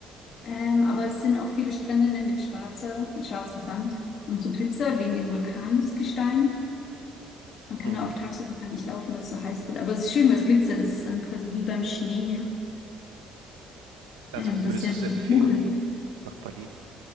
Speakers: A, on the left (about 55°); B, on the right (about 80°).
A: Ähm, aber es sind auch viele Strände ne, mit schwarzer, mit schwarzem Sand und so Glitzer wegen dem Vulkansgestein. Man kann
B: Mhm.
A: da auch tagsüber gar nicht laufen, weil es so heiß wird. Aber es ist schön, weil es glitzert. Es ist dann quasi wie beim Schnee,
B: Also
A: ähm, dass
B: würdest
A: der
B: du es
A: dann
B: empfehlen
A: so funkelt.
B: nach Bali?